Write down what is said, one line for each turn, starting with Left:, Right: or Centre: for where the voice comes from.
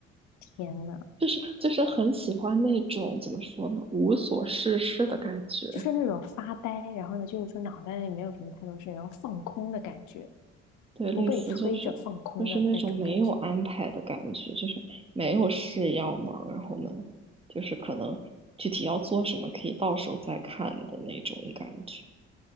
Left: 天呐，
Right: 就是就是很喜欢那种怎么说呢，无所事事的感觉。
Left: 就是那种发呆，然后呢，就是说脑袋里没有什么太多事，然后放空的感觉，
Right: 对，类似就是就是那种没有安排的感觉，
Left: 不被催着放空的那种感觉。
Right: 就是没有事要忙，然后呢，就是可能具体要做什么可以到时候再看的那种感觉。